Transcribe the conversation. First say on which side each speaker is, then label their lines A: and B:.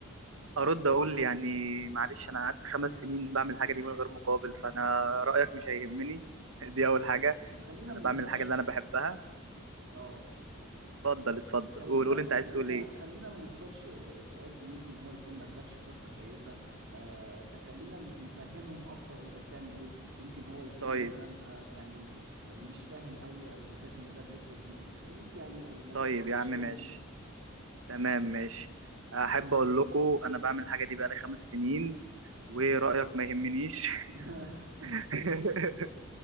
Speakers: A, on the right (about 75°); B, on the right (about 60°).
A: ارد اقول يعني معلش انا قعدت خمس سنين بعمل الحاجه دي من غير مقابل فانا رايك مش هيهمني <laughs> دي اول حاجه
B: خلينا
A: انا
B: ما نخسرش
A: بعمل الحاجه اللي انا بحبها
B: اه
A: اتفضل اتفضل
B: خلينا
A: قول قول انت
B: خلينا
A: عايز تقول ايه
B: خلينا ما نخسرش الفئات دي يمكن هو يكون ما ادكش فرصة كويسة آه، فخلينا نفهمهم اكتر انت بتعمل ايه يمكن هو يكون
A: طيب
B: مثلا آه، يعني مش فاهم قوي او بالذات ان الراب لسه جديد فخليك يعني ما
A: طيب
B: تخسرش
A: يا
B: الشباب
A: عم ماشي
B: الجديد
A: تمام ماشي احب اقول لكم انا بعمل الحاجه دي بقالي خمس سنين ورايك ما يهمنيش <laughs>
B: <laughs>
A: <laughs>